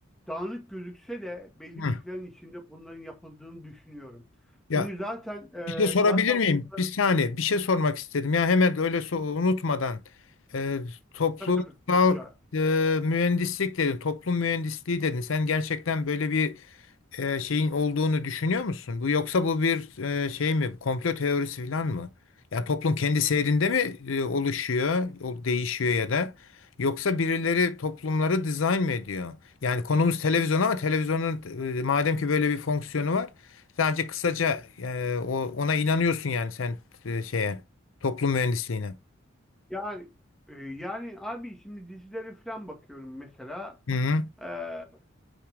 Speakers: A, in the centre; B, on the left.
A: dağınık gözükse de belli
B: Hı.
A: bir plan içinde bunların yapıldığını düşünüyorum. Çünkü
B: Ya
A: zaten eee,
B: Bir şey sorabilir
A: zaten
B: miyim?
A: bunlar
B: Bir saniye. Bir şey sormak istedim. Ya hemen öyle so- unutmadan e, toplumsal
A: tabii tabii bu- buyur abi.
B: e, mühendislik dedin, toplum mühendisliği dedin. Sen gerçekten böyle bir e, şeyin olduğunu düşünüyor musun? Bu yoksa bu bir e, şey mi? Komplo teorisi falan mı? Ya toplum kendi seyrinde mi e, oluşuyor, o- değişiyor ya da yoksa birileri toplumları dizayn mı ediyor? Yani konumuz televizyon ama televizyonun e, madem ki böyle bir fonksiyonu var, sadece kısaca e, o- ona inanıyorsun yani sen e, şeye toplum mühendisliğine.
A: Yani e, yani abi şimdi dizilere falan bakıyorum mesela.
B: Hı hı.
A: e,